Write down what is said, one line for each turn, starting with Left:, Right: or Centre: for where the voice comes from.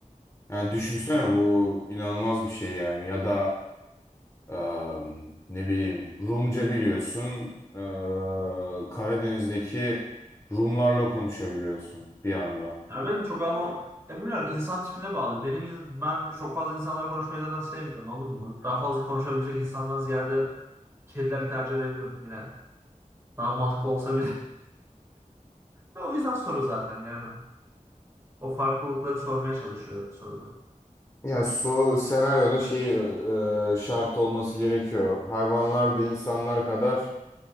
Left: Yani düşünsene bu inanılmaz bir şey yani. Ya da eee, ne bileyim Rumca biliyorsun. Eee, Karadeniz'deki Rumlarla konuşabiliyorsun bir anda.
Right: Ya ben çok anlam ya bilmiyorum insan tipine bağlı. Benim in- ben çok fazla insanlarla konuşmayı zaten sevmiyorum anladın mı? Daha fazla konuşabilecek insandan ziyade kedileri tercih edebilirim yine. Daha mantıklı olsa O yüzden soru zaten yani. O farklılıkları sormaya çalışıyor soruda.
Left: Yani su senaryoda şey e, e, şart olması gerekiyor. Hayvanlar da insanlar kadar